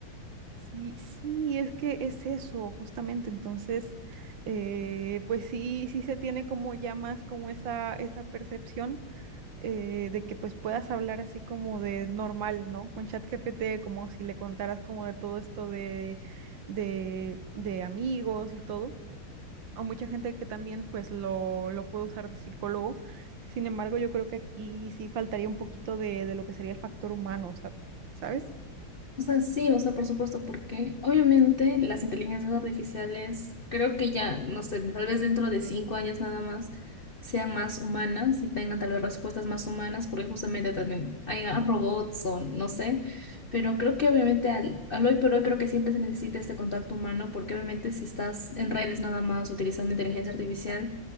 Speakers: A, on the right; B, on the left.
A: Sí, sí, es que es eso, justamente. Entonces, eh, pues sí, sí se tiene como ya más como esa, esa percepción eh, de que pues puedas hablar así como de normal, ¿no? Con ChatGPT, como si le contaras como de todo esto de, de, de amigos y todo. O mucha gente que también pues lo, lo puede usar de psicólogo. Sin embargo, yo creo que aquí sí faltaría un poquito de, de lo que sería el factor humano, ¿sabes? ¿Sabes?
B: O sea, sí, o sea, por supuesto, porque obviamente las inteligencias artificiales, creo que ya, no sé, tal vez dentro de cinco años nada más sean más humanas y tengan tal vez respuestas más humanas, porque justamente también hay robots o no sé, pero creo que obviamente al, al hoy por hoy creo que siempre se necesita este contacto humano, porque obviamente si estás en redes nada más utilizando inteligencia artificial,